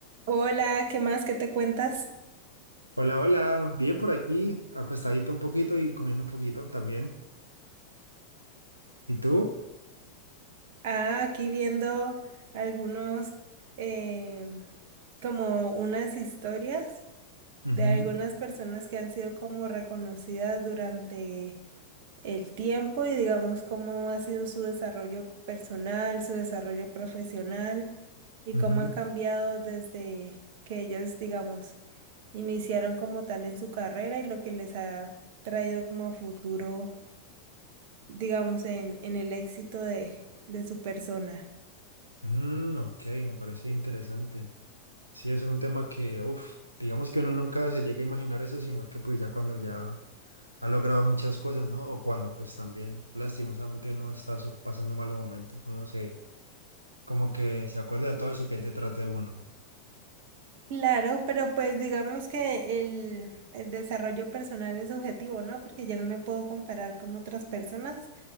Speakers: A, on the right; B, on the right.
A: Hola, ¿qué más? ¿Qué te cuentas?
B: Hola, hola, bien por aquí, acostadito un poquito y comiendo un poquito también. ¿Y tú?
A: Ah, aquí viendo algunos, em, como unas historias
B: Ujú,
A: de algunas personas que han sido como reconocidas durante el tiempo y digamos cómo ha sido su desarrollo personal, su desarrollo profesional y
B: ujú.
A: cómo han cambiado desde que ellos, digamos, iniciaron como tal en su carrera y lo que les ha traído como a futuro digamos, en, en el éxito de, de su persona.
B: Mm, ok, me parece interesante. Sí, es un tema que, uff, digamos que uno nunca se llega a imaginar eso, sino que pues ya cuando ya ha logrado muchas cosas, ¿no? O cuando pues también lastimosamente uno está su- pasando malos momentos, uno se, como que se acuerda de todo eso que hay detrás de uno.
A: Claro, pero pues digamos que el, el desarrollo personal es subjetivo, ¿no? Porque yo no me puedo comparar con otras personas